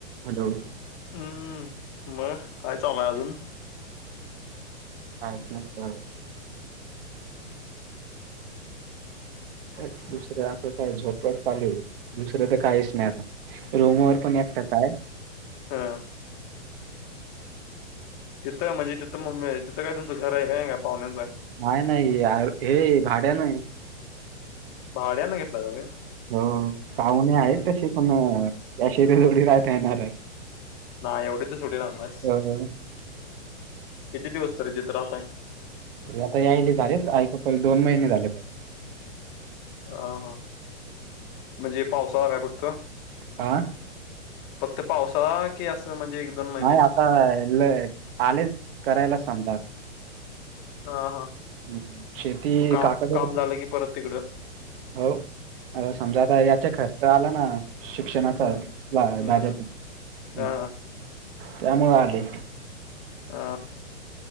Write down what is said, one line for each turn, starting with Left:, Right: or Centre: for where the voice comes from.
Right: Hello.
Left: हम्म मग काय चाललय अजून.
Right: काहीच नाही बरं.
Left: <unintelligible>
Right: अ दुसरं आता झोपट लेले दुसरं तर काहीच नाही आता. रूमवर पण एकटाच आहे.
Left: हां. तिथं म्हणजे तिथं मग मिळेल तिथं काय तुमचं घर आहे काय का पाहुण्यांच आहे.
Right: काय नाहीय नाही हे भाड्याने हे.
Left: भाड्यानं घेतला का
Right: हो पाहुणे
Left: हम्म
Right: आहेत तसे. पण याश ते जोडी राहता येणार आहे.
Left: नाही एवढीच तर सुट्टी राहणास
Right: अ
Left: किती दिवस तरी तिथ राहत आहेत.
Right: त आता यायले झालेच आई पप्पाला दोन महिने झाले तर.
Left: हा हा म्हणजे पावसाळा का फक्त.
Right: हा
Left: फक्त पावसाळा की असं म्हणजे. दोन महिनेच
Right: नाही आता ल आले करायलाच सांगतात.
Left: हा हा
Right: हु शेती
Left: काम
Right: काकासाठी
Left: काम झालं की परत तिकडं
Right: हो अर समजा आता याचा खर्च आला ना शिक्षणाचा
Left: हम्म
Right: दा
Left: हम्म
Right: दाद्याचा
Left: हा
Right: ह त्यामुळे आलेय
Left: आ